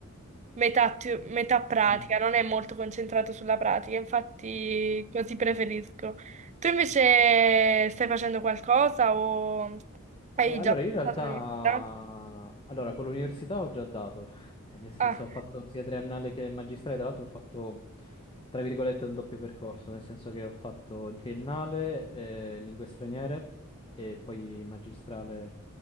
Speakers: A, on the right; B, on the left.
A: metà, teo- metà pratica,
B: Mhm.
A: non è molto concentrato sulla pratica, infatti
B: Ah,
A: così
B: ok.
A: preferisco. Tu invece stai facendo qualcosa o hai
B: Eh, allora,
A: già
B: io in realtà,
A: fatto l'università?
B: allora, con l'università ho già dato, <laughs> Eh, nel senso
A: Ah.
B: ho fatto sia triennale che magistrale, tra l'altro ho fatto, tra virgolette, un doppio percorso, nel senso che ho fatto in triennale eh, lingue straniere e poi in magistrale